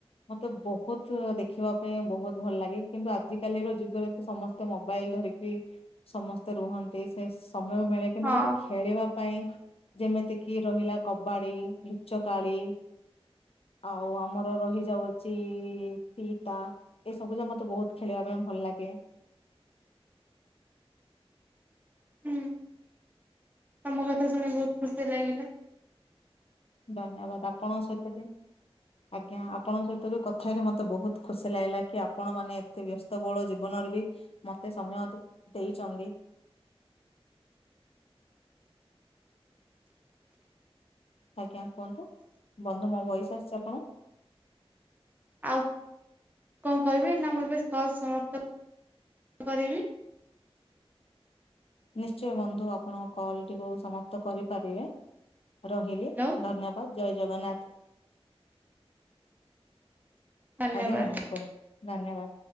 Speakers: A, on the left; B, on the right.
A: ମତେ ବହୁତ ଦେଖିବା ପାଇଁ ବହୁତ ଭଲ ଲାଗେ। କିନ୍ତୁ ଆଜିକାଲିର ଯୁଗରେ ତ ସମସ୍ତେ ମୋବା ବାଇଲ ଧରିକି ସମସ୍ତେ ରୁହନ୍ତି। ସେ ସମୟବେଳେ କିନ୍ତୁ
B: ହଁ
A: ମତେ ଖେଳିବା ପାଇଁ ଯେମିତି କିି ରହିଲା କବାଡି, ଲୁଚକାଳି ଆଉ ଆମର ରହିଚ୍ ଯାଉଚି ତିତା, ଏ ସବୁ ଯାକ ମତେ ବହୁତ ଖେଳିବା ପାଇଁ ଭଲ ଲାଗେ।
B: ହୁଁ ତମ କଥା ଶୁଣି ବହୁତ ଖୁସି ଲାଗିଲା।
A: ଧନ୍ୟବାଦ। ଆପଣଙ୍କ ସହିତ ବି ଆଜ୍ଞା। ଆପଣଙ୍କ ସହିତ ବି କଥା ହେଇକି ମତେ ବହୁତ ଖୁସି ଲାଗିଲା କି, ଆପଣ ମାନେ ଏତେ ବ୍ୟସ୍ତବହୁଳ ଜୀବନରେ ବି ମତେ ସମୟ ଦେ-ଦେଇଚନ୍ତି। ଆଜ୍ଞା କୁହନ୍ତୁ। ବନ୍ଧୁ ମୋ ଭଏସ ଆସିଛି ଆପଣଙ୍କୁ?
B: ଆଉ କଣ କହିବେ? ନା ମୁଁ ଏବେ କଲ୍ ସମାପ୍ତ କ-କରିବି?
A: ନିଶ୍ଚୟ ବନ୍ଧୁ। ଆପଣଙ୍କ କଲଟିକୁ ସମାପ୍ତ କରିପାରିବେ। ରହିଲି।
B: ହ୍ୟାଲୋ
A: ଧନ୍ୟବାଦ। ଜୟ ଜଗନ୍ନାଥ।
B: ଧନ୍ୟବାଦ।
A: ଆଜ୍ଞା ବନ୍ଧୁ କୁହନ୍ତୁ। ଧନ୍ୟବାଦ।